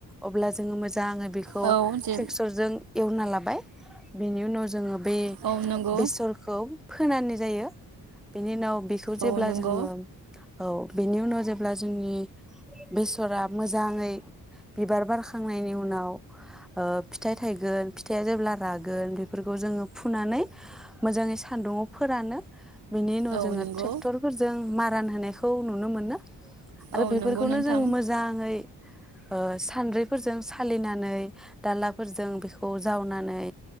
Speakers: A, in the centre; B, on the right.
A: अब्ला जोंङो मोजां आंङो बेखौ
B: औ जे
A: ट्रेक्सरजों एवना लाबो बिनि उनाव जोंङो बे
B: औ नंगौ
A: बेसरखौ फोनानै जायो बिनि उनाव बेखौ जेब्ला
B: औ नंगौ
A: जोंङो औ बेनि उनाव जे अब्ला जोंनि बेसरा मोजांङै बिबार बारखां बारखांनायनि उनाव आ- फिथाइ थाइगोन फिथाइया जेब्ला रागोन बेफोरखौ जोंङो फुनानै मोजांङै सान्दुंआव फोरानो <unintelligible> बेनि उनाव
B: औ
A: जोंङो
B: नंगौ
A: ट्रेक्टर फोरजों मारान होनायखौ नुनो मोनो आरो
B: औ
A: बेफोरखौनो
B: नंगौ नोंथां
A: जों मोजांङै ओ सानद्रि फोरजों सालिनानै धालाफोरजों बेखौ जावनानै